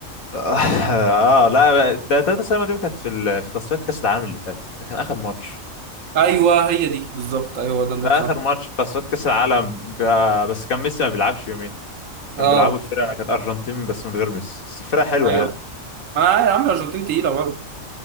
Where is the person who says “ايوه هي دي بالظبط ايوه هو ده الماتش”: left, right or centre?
Right